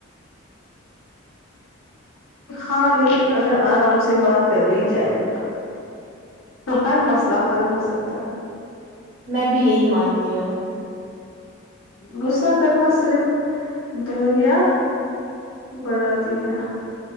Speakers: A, on the left; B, on the right.
A: ہاں لیکن اگر آرام سے بات کر لی جائے تو تو ہر مسئلہ حل ہو سکتا ہے
B: میں بھی یہی مانتی ہوں
A: غصہ کرنا صرف دوریا بڑھاتی ہے